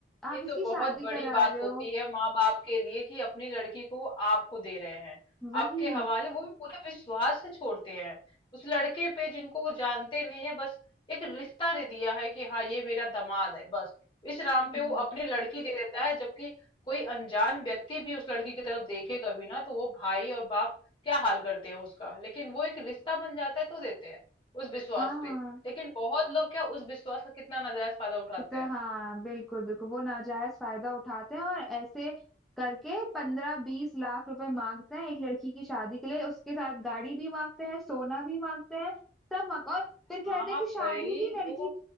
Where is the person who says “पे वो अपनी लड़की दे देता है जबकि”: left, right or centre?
Left